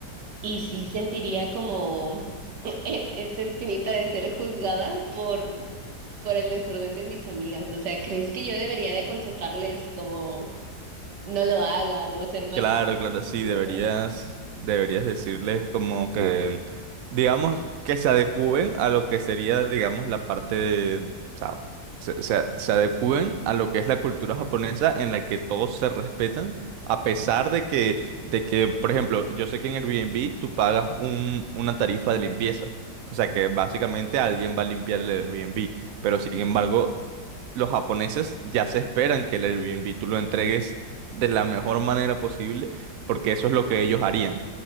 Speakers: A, on the right; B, on the right.
A: Y sí sentiría como <laughs> eh, esta espinita de ser juzgada por, por el desorden de mis amigas. O sea, ¿crees que yo debería de aconsejarles como no lo haga, no ser más.
B: Claro, claro, sí,
A: Ujú,
B: deberías, deberías decirles como que, digamos, que se adecúen a lo que sería, digamos, la parte de, o sea, se, se, se adecúen a lo que es la cultura japonesa en la que todos se respetan, a pesar de que, de que, por ejemplo, yo sé que en Airbnb tú pagas un, una tarifa de limpieza, o sea que básicamente alguien va a limpiar el Airbnb, pero sin embargo los japoneses ya se esperan que el Airbnb tú lo entregues de la mejor manera posible, porque eso es lo que ellos harían,